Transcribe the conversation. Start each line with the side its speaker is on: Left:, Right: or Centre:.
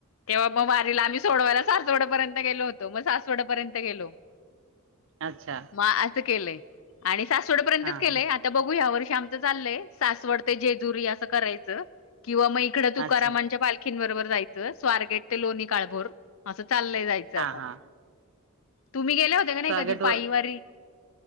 Left: तेव्हा मग वारीला आम्ही सोडवायला सोडे पर्यंत गेलो होतो, मग सासवड पर्यंत गेलो.
Right: अच्छा
Left: मग केले आणि सासवड्यापर्यंतच
Right: हा
Left: केलेय
Right: हा
Left: आता बघू या वर्षी आमचं चाललंय सासवड ते जेजुरी असं करायचं किंवा मग इकडं तुकारामांच्या
Right: अच्छा
Left: पालखीं बरोबर जाय चं स्वारगेट ते लोणी काळभोर असं चाललंय जायचं
Right: हा
Left: आता.
Right: हा
Left: तुम्ही गेल्या होत्या काय नाही
Right: स्वागत
Left: कधी पायी
Right: वर
Left: वारी.